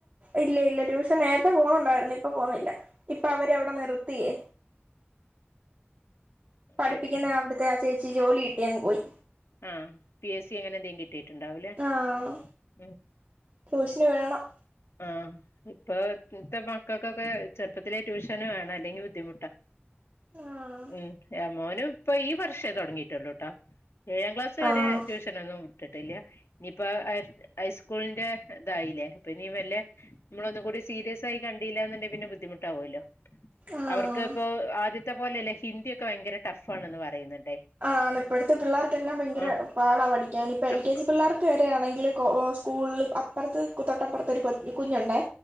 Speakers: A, on the right; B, on the left.
A: ഇല്ലല്ല ട്യൂഷ നേരത്തെ പോവുന്നുണ്ടായിരുന്നു ഇപ്പൊ പോുന്നില്ല ഇപ്പൊ അവര് അവിടെ നിർത്തിയേ പഠിപ്പിക്കുന്ന
B: ശരി
A: അവിടുത്തെ ആ ചേച്ചി ജോലി കിട്ടിയങ് പോയി
B: ആഹ് പി എസ് സി അങ്ങനെ എന്തെ കിട്ടീട്ടുണ്ടാവൂലേ
A: ആഹ്
B: ഉം
A: ട്യൂഷന് വേണം
B: ആ ഇപ്പൊത്തെ മക്കക്ക് ക്കൊക്കെ ചെറുപ്പത്തിലെ ട്യൂഷന വേണം അല്ലെങ്കിൽ ബുദ്ധിമുട്ടാ
A: ആഹ്
B: ഉം ഏ മോനും ഇപ്പൊ ഈ വർഷേ തൊടങ്ങീട്ടൊള്ളൂട്ടോ ഏഴാം ക്ലാസ് വരെ
A: ആഹ്
B: ട്യൂഷനൊന്നും വിട്ടിട്ടില്ല ഇനിയിപ്പോ ഹൈസ്കൂളിന്റെ ഇതായിലെ അപ്പൊ ഇനി വല്യ നമ്മളൊന്നുകൂടി സീരിയസ് ആയി കണ്ടിയില്ല എന്നുണ്ട പിന്നെ ബുദ്ധിമുട്ടാവോല്ലോ
A: ആഹ്
B: അവർക്ക് ഇപ്പോ ആദ്യത്തെ പോലെല്ല ഹിന്ദി ഒക്കെ ഭയങ്കര ടഫ് ആണെന്ന് പറയുന്നുണ്ട്
A: ആ ഇപ്പഴത്തെ പിള്ളേർക്കെല്ലാം ഭയങ്കര
B: ആഹ്
A: പാടാ പഠിക്കാൻ ഇപ്പ എൽ
B: അപ്പ
A: കെ ജി പിള്ളേർക്ക് വരെ ആണെങ്കിൽ കോ സ്കൂളിൽ അപ്പുറത്ത് തൊട്ടപ്പുറത്തൊരു കുഞ്ഞുണ്ടേ